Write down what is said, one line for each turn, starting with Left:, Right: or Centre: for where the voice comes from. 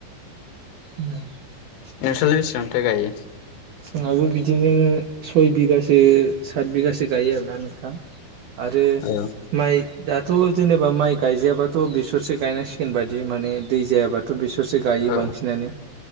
Right: <unintelligible>
Left: नोंस्रालाय बेसेबांथो गायो
Right: जोंहाबो बिदिनो सय बिगासो सात बिगासो गायो आरोना नोंथां। आरो
Left: औ
Right: माइ दा थ' जेनेबा माइ गायजायाबाथ' बेसरसो गायनांसिगोन बादि माने दै जायाबाथ' बेस सरसो गायो
Left: औ
Right: बांसिनानो